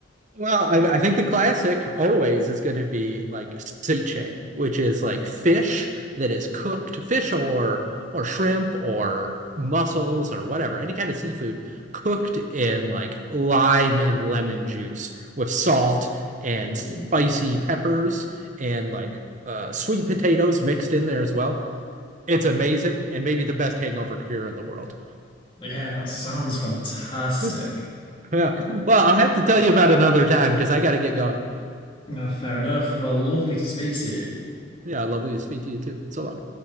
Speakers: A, on the right; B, on the left.
A: Well, I, I think the classic always is going to be like ceviche, which is like fish that is cooked, fish or or shrimp or mussels or whatever, any kind of seafood cooked in like lime and lemon juice with salt and
B: Ooh.
A: spicy peppers and like uh, sweet potatoes mixed in there as well. It's amazing and maybe the best hangover cure in the world.
B: Yeah, that sounds fantastic.
A: <laughs> Yeah. Well, I'll have to tell you about another time because I got to get going.
B: Oh, fair enough. Well, lovely to speak to you.
A: Yeah, lovely to speak to you too. So long.